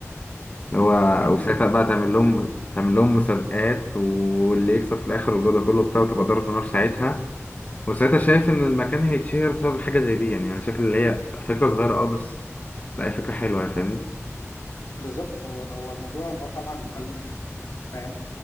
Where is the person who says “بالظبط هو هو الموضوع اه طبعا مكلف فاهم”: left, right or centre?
Left